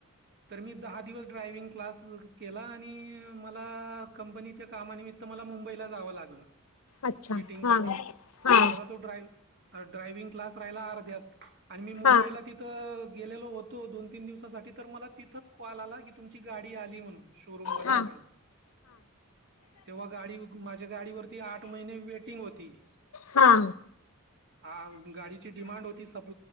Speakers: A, on the right (about 55°); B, on the left (about 75°).
A: तर मी दहा दिवस ड्रायविंग क्लास केला आणि मला कंपनीच्या कामानिमित्त मला मुंबईला जावं लागलं.
B: अच्छा
A: मीटिंग
B: हा
A: सा तर
B: हा
A: माझा तो ड्राईव्ह ड्रायव्हिंग क्लास राहिला अर्ध्यात आणि मी मुंबईला
B: हा हा
A: गेलेलो होतो दोन तीन दिवसासाठी तर मला तिथंच कॉल आला तुमची गाडी आली म्हणून शोरूमवाल्यांकडून.
B: हा
A: तेव्हा गाडी माझ्या गाडीवररती आठ महिने वेटिंग होती.
B: हा.
A: हा गाडीची डिमांड होती सप्